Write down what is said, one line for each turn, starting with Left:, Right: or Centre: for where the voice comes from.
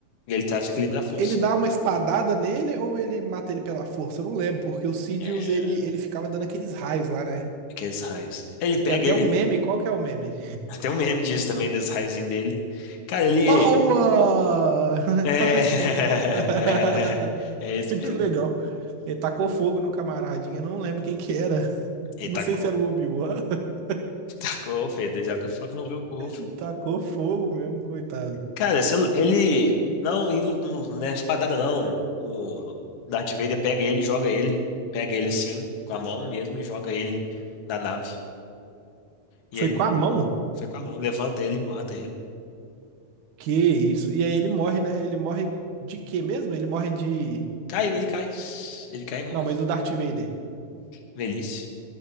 Left: E ele traz o equilíbrio da força.
Right: Ele dá uma espadada nele ou ele mata ele pela força? Eu não lembro, porque o Sidious,
Left: É,
Right: ele, ele ficava dando aqueles raios lá, né?
Left: aqueles raios. Ele
Right: Que
Left: pega
Right: tem até
Left: ele,
Right: um meme. Qual que é o meme?
Left: <laughs> tem um meme disso também, das raios dele. Cara, ele.
Right: Power! <laughs> Um negócio
Left: É,
Right: assim,
Left: <laughs>
Right: né? <laughs>
Left: é, é isso
Right: Muito
Left: mesmo.
Right: legal. Ele tacou fogo no camaradinha, não lembro quem que era. <laughs>
Left: E
Right: Não
Left: tacou.
Right: sei se era o Obi-Wan. <laughs>
Left: Tacou, fez. Desde que foi que não viu o povo.
Right: Ele tacou fogo mesmo, coitado.
Left: Cara, se eu- ele. Não, ele não, não, não é espadada, não. O Darth Vader pega ele e joga ele. Pega ele assim, com a mão mesmo, e joga ele da nave. E
Right: Foi
Left: ele
Right: com
Left: morre.
Right: a mão?
Left: Foi com a mão, levanta ele e mata ele.
Right: Que isso. E aí ele morre, né? Ele morre de quê mesmo? Ele morre de.
Left: Caiu, ele cai. Ele cai e morre.
Right: Não, mas o Darth Vader.
Left: Velhice.